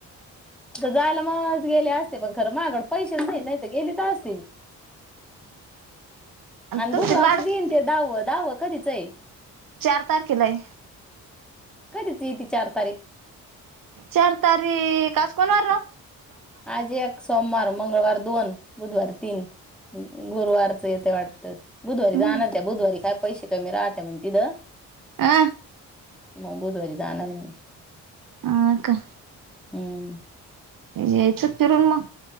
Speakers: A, in the centre; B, on the right.
A: तर जायला मग गेले असते पण खरं माहाकड पैसेच नाही नाही तर गेलीच असते मी आणि
B: तुमची
A: बुधवार
B: लाडकी
A: च जे येईन ते दाव दाव कधीचय
B: चार तारखेलाय
A: कधीच येती चार तारीख
B: चार तारीख आज कोण वार ओ
A: आज एक सोमवार मंगळवार दोन बुधवार तीन गुरुवारच येतय वाट <inaudible> बुधवारी
B: हम्म
A: जाणार त्या बुधवारी काय पैसे कमी राहत्या म्हण तिद
B: अ
A: मंग बुधवारी जाणार ये मी
B: अ का
A: हूं
B: यायच फिरून म